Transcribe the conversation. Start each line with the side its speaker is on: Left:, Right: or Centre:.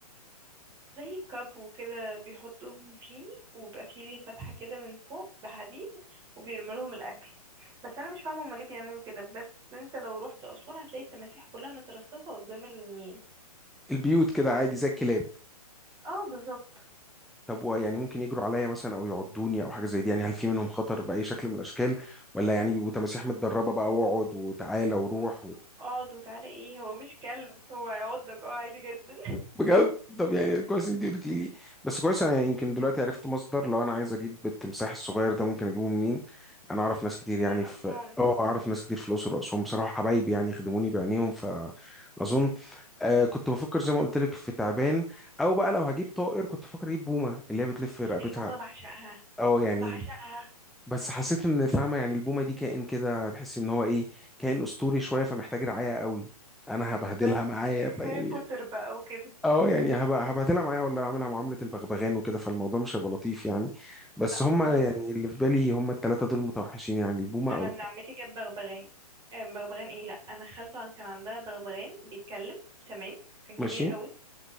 Right: زي كاب وكده بيحطوهم فيه وبيبقى فيه ليه فتحة كده من فوق بحديد وبيرموا لهم الاكل بس انا مش فاهمه هما ليه بيعملوا كده بس انت لو رحت اسوان هتلاقي التماسيح كلها مترصصه قدام النيل
Centre: البيوت كده عادي زي الكلاب
Right: اه بالظبط
Centre: طب و- يعني ممكن يجروا عليا مثلا او يعضوني او حاجه زي دي يعني هل في منهم خطر باي شكل من الاشكال ولا يعني بيبقوا تماسيح متدربه بقى واقعد وتعالى وروح
Right: م- اقعد وتعالى ايه هو مش كلب هو هيعضك اه عادي جدا
Centre: بجد طب يعني كويس انت قلت لي بس كويس انا يمكن دلوقتي عرفت مصدر لو انا عايز اجيب التمساح الصغير ده ممكن اجيبه منين انا اعرف ناس كتير
Right: <laughs>
Centre: يعني
Right: من اسوان
Centre: في اه اعرف ناس كتير في الاقصر واسوان بصراحه حبايبي يعني يخدموني بعينيهم فاظن آه كنت بفكر زي ما قلت لك في تعبان او بقى لو هجيب طائر كنت بفكر اجيب بومه اللي هي بتلف رقبتها
Right: البومه بعشقها
Centre: اه يعني
Right: بعشقها
Centre: بس حسيت ان فاهمه يعني البومه دي كائن كده تحس ان هو ايه كائن اسطوري شويه فمحتاج رعايه قوي انا هبهدلها
Right: ب...
Centre: معايا فيعني
Right: هاري بوتر بقى وكده
Centre: اه يعني هبقى هبهدلها معايا ولا اعملها معاملة البغبغان وكده فالموضوع مش هيبقى لطيف يعني بس
Right: لا
Centre: هما
Right: خالص
Centre: يعني اللي في بالي هما التلاتة دول متوحشين يعني البومة
Right: انا
Centre: او
Right: ابن
Centre: الت-
Right: عمتي جاب بغبغان آه، بغبغان ايه لا انا خالته كان عندها بغبغان بيتكلم تمام كان كبير
Centre: ماشي
Right: قوي